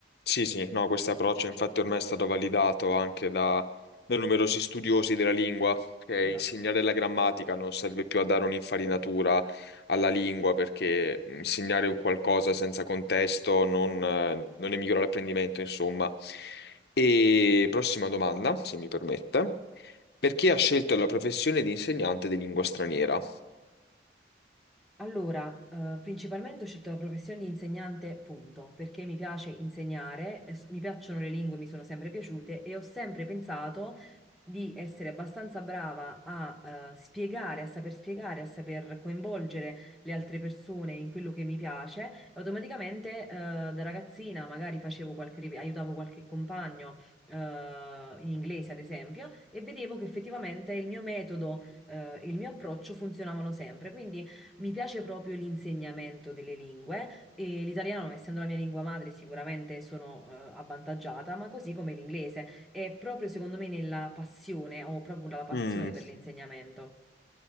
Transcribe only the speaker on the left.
Sì, sì, no, questo approccio infatti ormai è stato validato anche da, da numerosi studiosi della lingua, che
insegnare la grammatica non serve più a dare un'infarinatura alla lingua, perché insegnare un qualcosa senza contesto non, eh, non ne migliora l'apprendimento, insomma. E prossima domanda, se mi permette. Perché ha scelto la professione di insegnante di lingua straniera?
Mm.